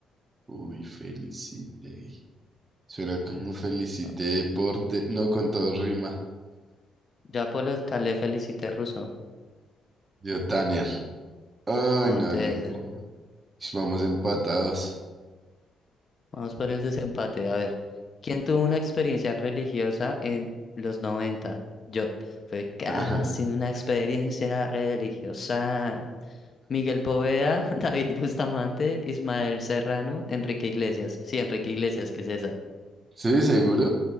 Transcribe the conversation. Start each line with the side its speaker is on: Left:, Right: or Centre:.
Right: Uy, Felicity. Suena como
Left: Ruso.
Right: Felicity, Porter. No, con todo rima.
Left: ya por Polo Calé felicité ruso.
Right: Yo, Tanner. Ay,
Left: Joder.
Right: no, ninguno. Ish, Vamos empatados.
Left: Vamos por el desempate. A ver. ¿Quién tuvo una experiencia religiosa en los 90? Yo. Fue casi
Right: <laughs>
Left: una experiencia religiosa. Miguel Poveda, <laughs> David Bustamante, Ismael Serrano, Enrique Iglesias. Sí, Enrique Iglesias, ¿qué es esa?
Right: ¿Sí, seguro?